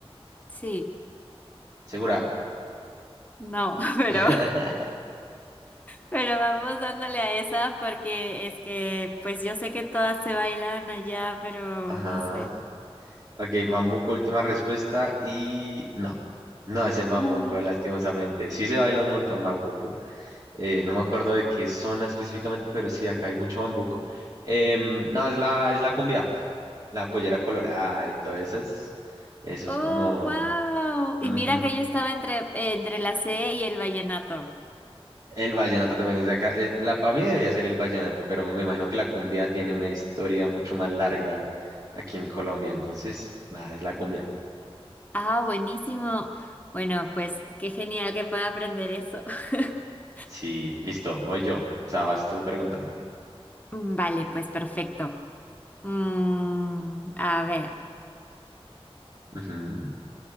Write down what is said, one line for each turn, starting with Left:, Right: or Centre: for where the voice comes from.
Left: sí.
Right: segura.
Left: No, <laughs> pero,
Right: <laughs>
Left: pero vamos dándole a esa porque es que, pues yo sé que todas se bailan allá, pero
Right: Ajá.
Left: no sé.
Right: Ok, Bambuco, última respuesta y no. No es el Bambuco,
Left: Uy.
Right: lastimosamente. Sí se baila un montón Bambuco. Eh, no me acuerdo de qué zona específicamente, pero sí, acá hay mucho Bambuco. Em, no, es la, es la cumbia, la pollera colorada y todas esas. Eso es
Left: Oh,
Right: como...
Left: wow. Y
Right: ujú.
Left: mira que yo estaba entre, entre la C y el vallenato.
Right: El vallenato también es de acá. El- la, para mí debería ser el vallenato, pero me imagino que la cumbia tiene una historia mucho más larga aquí en Colombia. Entonces, nada, es la cumbia.
Left: Ah, buenísimo. Bueno, pues qué genial que pueda aprender eso. <laughs>
Right: Sí, listo, voy yo. O sea, vas tú preguntándome.
Left: Mm, Vale, pues perfecto. Mm, a ver,
Right: Ujú.